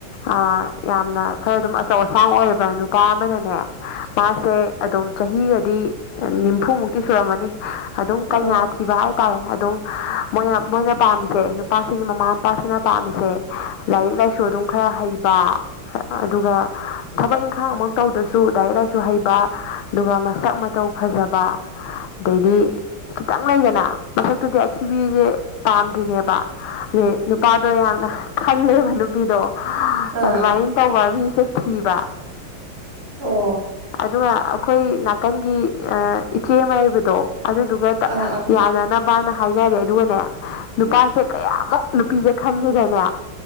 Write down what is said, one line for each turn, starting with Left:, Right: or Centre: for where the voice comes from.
Left: ꯑꯥ ꯌꯥꯝꯅ ꯈꯔ ꯑꯗꯨꯝ ꯑꯆꯧ ꯑꯁꯥꯡ ꯑꯣꯏꯕ ꯅꯨꯄꯥ ꯑꯃꯥꯅꯅꯦ ꯃꯥꯁꯦ ꯑꯗꯨꯝ ꯆꯍꯤꯒꯗꯤ ꯅꯤꯝꯐꯨꯃꯨꯛꯇꯤ ꯁꯨꯔꯝꯃꯅꯤ ꯑꯗꯨꯝ ꯀꯩꯅꯥ
Right: ꯑꯥ
Left: ꯊꯤꯕ ꯍꯥꯏꯇꯥꯔꯦ ꯑꯗꯨꯝ ꯃꯣꯏꯅ ꯃꯣꯏꯅ ꯄꯥꯝꯃꯤꯁꯦ ꯅꯨꯄꯥꯁꯤꯒꯤ ꯃꯃꯥ ꯃꯄꯥꯁꯤꯅ ꯄꯥꯝꯃꯤꯁꯦ ꯂꯥꯏꯔꯤꯛ ꯂꯥꯏꯁꯨ ꯑꯗꯨꯝ ꯈꯔ ꯍꯩ ꯕꯥ ꯑꯗꯨꯒ ꯊꯕꯛ ꯏꯪꯈꯥꯡ ꯃꯛ ꯇꯧꯗ꯭ꯔꯁꯨ ꯂꯥꯏꯔꯤꯛ ꯂꯥꯏꯁꯨ ꯍꯩꯕ ꯑꯗꯨꯒ ꯃꯁꯛ ꯃꯥ ꯇꯧ ꯐꯖꯕ ꯑꯗꯩꯗꯤ ꯈꯤꯇꯪ ꯂꯩꯗꯅ ꯃꯁꯛ ꯨꯇꯨꯗꯤ ꯑꯊꯤꯕꯤꯖ‌ꯦ ꯄꯥꯝꯗ꯭ꯔꯤꯅꯦꯕ <unintelligible> ꯄꯥꯗꯣ ꯌꯥꯝꯅ ꯈꯜꯂꯦꯕ ꯅꯨꯄꯤꯗꯣ
Right: ꯑꯥ
Left: ꯑꯗꯨꯃꯥꯏꯟ ꯇꯧꯕ ꯃꯤꯁꯦ ꯊꯤꯕ
Right: ꯑꯣ
Left: ꯑꯗꯨꯒ ꯑꯈꯣꯏꯒꯤ ꯅꯥꯀꯟꯒꯤ ꯑꯥ ꯏꯆꯦ ꯑꯃꯥ ꯂꯩꯕꯗꯣ ꯑꯗꯨꯗꯨꯒ
Right: ꯑꯥ ꯑꯥ
Left: ꯌꯥꯅꯅꯥꯕꯅ ꯍꯥꯏꯅꯔꯦ ꯑꯗꯨꯒꯅꯦ ꯅꯨꯄꯥꯁꯦ ꯀꯌꯥꯃꯨꯛ ꯅꯨꯄꯤꯁꯦ ꯈꯟꯒꯦꯗꯅꯦ